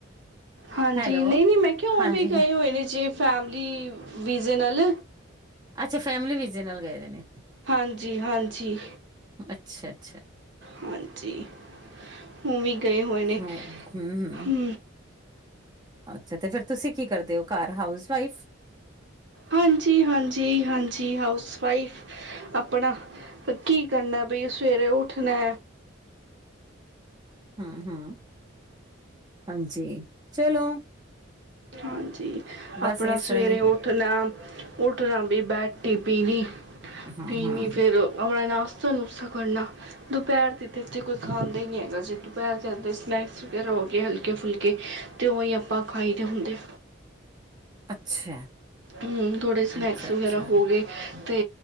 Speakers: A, on the right (about 60°); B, on the right (about 20°).
A: ਹਾਂਜੀ
B: ਹੈਲੋ
A: ਨਹੀਂ ਨਹੀਂ ਮੈਂ ਕਿਉਂ
B: ਹਾਂਜੀ
A: ਵੀ ਗਏ ਹੋਏ ਨੇ ਜੇ ਫੈਮਿਲੀ ਵਿਜ਼ਨਲ
B: ਅੱਛਾ ਫੈਮਿਲੀ ਵੀਜੇ ਨਾਲ ਗਏ ਦੇ ਨੇ
A: ਹਾਂਜੀ ਹਾਂਜੀ
B: ਅੱਛਾ ਅੱਛਾ
A: ਹਾਂਜੀ ਜੀ ਹੁ ਵੀ ਗਏ ਹੋਏ ਨੇ
B: ਹਮ ਹਮ
A: ਹੂ
B: ਅੱਛਾ ਤੇ ਫਿਰ ਤੁਸੀਂ ਕੀ ਕਰਦੇ ਹੋ ਘਰ ਹਾਊਸ ਵਾਈਫ
A: ਹਾਂਜੀ ਹਾਂਜ ਹਾਂਜੀ ਹਾਊਸ ਵਾਈਫ ਆਪਣਾ ਕੀ ਕਰਨਾ ਭਾਈ ਸਵੇਰੇ ਉੱਠਣਾ
B: ਹੂ ਹੂ ਹਾਂਜੀ ਚਲੋ
A: ਹਾਂਜੀ
B: ਬਸ
A: ਆਪਣਾ
B: ਇਸ
A: ਸਵੇਰੇ
B: ਤਰ੍ਹਾਂ ਹੀ
A: ਉੱਠਣਾ ਉੱਠਣਾ ਵੀ ਬੈਟੀ ਪੀਣੀ
B: ਹਮ
A: ਤੇ
B: ਹਮ
A: ਫੇਰ ਆਪਣਾ ਤੁਹਾਨੂੰ ਉਸਾ ਕਰਨਾ ਦੁਪਹਿਰ ਦੀ ਤਾਂ ਇੱਥੇ ਕੋਈ ਖਾਂਦਾ ਹੀ ਨਹੀਂ ਹੈਗਾ ਜੇ ਦੁਪਹਿਰ ਦੇ ਅਦੇ ਸਨੈਕਸ ਵਗੈਰਾ ਹੋ ਗਏ ਹਲਕੇ ਫੁਲਕੇ ਤੇ ਉਹੀ ਆਪਾਂ ਖਾਈ ਇਕੱਠੇ ਹੁੰਦੇ
B: ਅੱਛਾ
A: ਹਮ ਥੋੜੇ ਸਨੈਕਸ
B: ਅੱਛਾ ਅੱਛਾ
A: ਵਗੈਰਾ ਹੋ ਗਏ ਅਤੇ